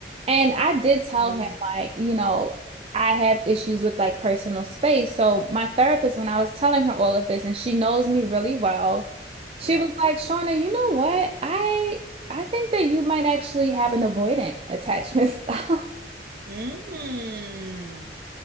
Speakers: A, on the right; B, on the right.
A: And I did tell
B: Mm.
A: him, like, you know, I have issues with like personal space. So my therapist, when I was telling her all of this, and she knows me really well, she
B: Yeah.
A: was like, Shauna, you know what? I I think that you might actually have an avoidant attachment <laughs> style.
B: Mm.